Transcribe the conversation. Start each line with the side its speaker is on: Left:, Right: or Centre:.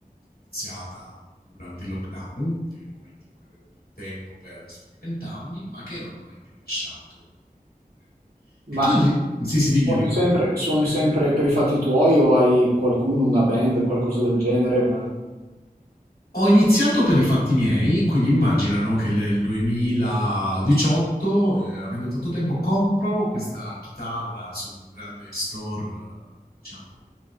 Left: iniziata durante il lockdown, nel momento in cui avevo più tempo per sperimentarmi, ma che non ho mai più lasciato. E, magari- E
Right: Ma
Left: tu, Enri- sì, sì, dimmi
Right: suoni
Left: Enrico.
Right: sempre,
Left: dimmi.
Right: suoni sempre per i fatti tuoi o hai qualcuno, una band, qualcosa del genere?
Left: Ho iniziato per i fatti miei, quindi immagina, no, che nel 2018, eh, avendo tanto tempo, compro questa chitarra su un grande store, eh, diciamo,